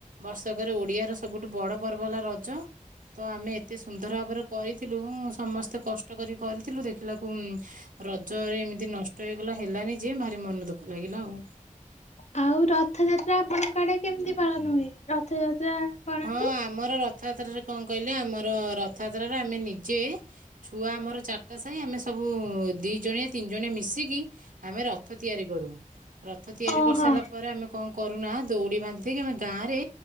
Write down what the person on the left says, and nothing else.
ଆଉ ରଥଯାତ୍ରା ଆପଣଙ୍କ ଆଡେ କେମିତି ପାଳନ ହୁଏ ରଥଯାତ୍ରା କରନ୍ତି?
ଓହୋ